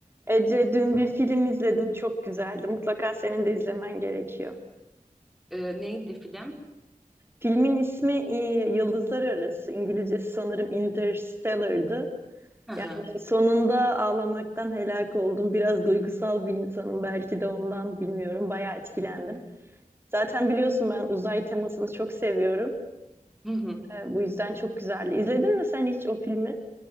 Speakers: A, on the right; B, in the centre.
A: Ece dün bir film izledim çok güzeldi. Mutlaka senin de izlemen gerekiyor.
B: Eee, neydi film?
A: Filmin ismi e, Yıldızlar Arası. İngilizcesi sanırım Interstellar'dı.
B: Hı
A: Yani
B: hı.
A: sonunda ağlamaktan helak oldum. Biraz duygusal bir insanım belki de ondan bilmiyorum. Bayağı etkilendim. Zaten biliyorsun ben uzay temasını çok seviyorum.
B: Hı hı.
A: E, Bu yüzden çok güzeldi. İzledin mi sen hiç o filmi?